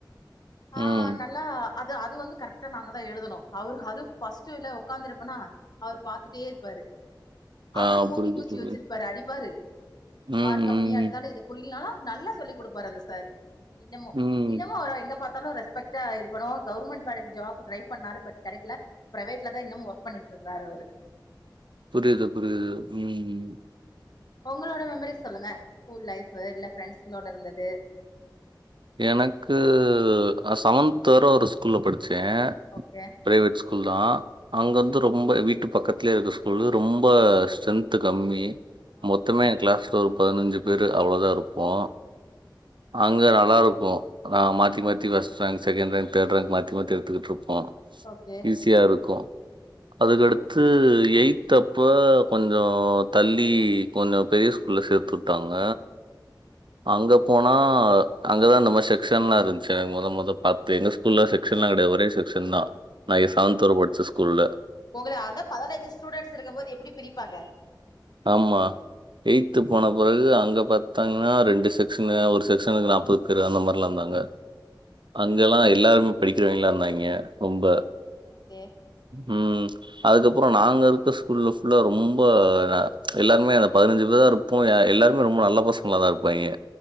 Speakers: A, on the left; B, on the right.
A: ஆன்
B: ம்.
A: அ அது அது வந்து கரெக்டா நாங்க தா எழுதனோ அவரு அது ஃபர்ஸ்ட்டுலா ஒக்காந்திருப்பனா அவுரு பாத்துடே இருப்பாரு அவுரு
B: ஆ
A: மூங்கி
B: புரியுது,
A: குச்சி
B: புரியுது.
A: வச்சிருப்பாரு அடிப்பாரு
B: ம்,
A: மார்க் கம்மியா
B: ம்,
A: எடுத்தாலு இது புரினாலு நல்லா சொல்லிக் குடுப்பாரு அந்த சாரு இன்னமு
B: ம்.
A: இன்னமு அவர எங்க பாத்தாலு ரெஸ் பெக்டா இருக்கனு கவுர்மெண்ட்டு வேலைக்கு ஜாப்பு ட்ரை பண்ணாரு பட் கெடைக்ல பிரேவேட்ல தா இன்னமு வொர்க் பண்ணிட்டு இருக்குறாரு அவுரு
B: புரிது புரிது ம்
A: ஒங்களோட மெமரிஸ் சொல்லுங்க ஸ்கூல் லைஃபு இல்ல ஃப்ரெண்ட்ஸ்கங்களோட இருந்தது
B: எனக்கு செவன்த் வர ஒரு ஸ்கூல்ல படிச்சே
A: ஓகே
B: பிரைவேட் ஸ்கூல் தா அங்கருந்து ரொம்ப வீட்டு பக்கத்துலயே இருக்க ஸ்கூலு ரொம்ப ஸ்ட்ரென்த்து கம்மி
A: ம்
B: மொத்தமே ஏ கிளாஸ்ல ஒரு பதனஞ்சு பேரு அவ்ளோதா இருப்போ அங்க நா நல்லார்க்கு நா மாத்தி மாத்தி first rank second rank third rank மாத்தி மாத்தி எடுத்துகிட்ருப்போ
A: ஓகே
B: ஈஸியா இருக்கு அதுக்கடுத்து எய்த் அப்ப கொஞ்சோ தள்ளி கொஞ்ச பெரிய ஸ்கூல்ல சேத்து வுட்டாங்க
A: <inaudible>
B: அங்க போனா அங்கதா இந்த மாரி செக்க்ஷன்லா இருந்துச்சு மொத மொத பாத்து எங்க ஸ் கூல்ல செக்க்ஷன்லா
A: ஓகே
B: கெடையாது ஒரே செக்க்ஷன் தா நா செவென்த் வர படிச்ச ஸ்கூல்ல
A: ஒங்கள அதா பதனஞ்சு ஸ்டுடண்ட்ஸ் இருக்கம்போது எப்டி பிரிப்பாங்க
B: ஆமா எயி்த்து போன பிறகு அங்க பாத்தாங்கன்னா ரெண்டு செக்க்ஷனு ஒரு செக்க்ஷனுக்கு நாப் பது பேரு அந்த மார்லா இருந்தாங்க அங்கெல்லா எல்லாருமே படிக்கிறவய்ங்களா இருந்தாய்ங்க ரொம்ப.
A: ஒகே ஒகே
B: ம் அதுக்கப்றோ நாங்க இருக்க ஸ்கூல்ல ஃபுல்லா ரொம்ப எல்லாருமே அந்த பதினஞ்சு பேர்தா இருப் போ எல்லாருமே ரொம்ப நல்ல பசங்கள தா இருப்பாய்ங்க